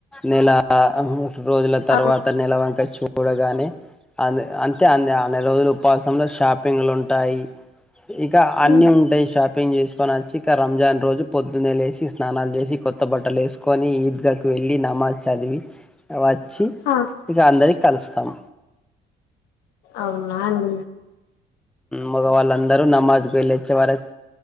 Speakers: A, in the centre; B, on the left.
A: నెల రోజుల తర్వాత
B: ఆ
A: నిలవంక చూడగానే అ అంటే అన్ని అన్ని రోజులు ఉపాసంలో షాపింగ్లు ఉంటాయి ఇక అన్ని
B: ఉమ్,
A: ఉంటాయి షాప్ షాపింగ్ చేసుకొని వచ్చి ఇంట్లా రంజాన్ రోజు పొద్దున్న లేసి స్నానాలు చేసి కొత్త బట్టలు వేసుకొని ఈద్గాకి వెళ్ళి నమాజ్ చదివి వాచ్చి
B: ఆ,
A: అందార కలుస్తాం
B: అవునా ఉ
A: మగవాళ్ళ అందరుూ నమాజ్కుళ్ళచ్చే వరకు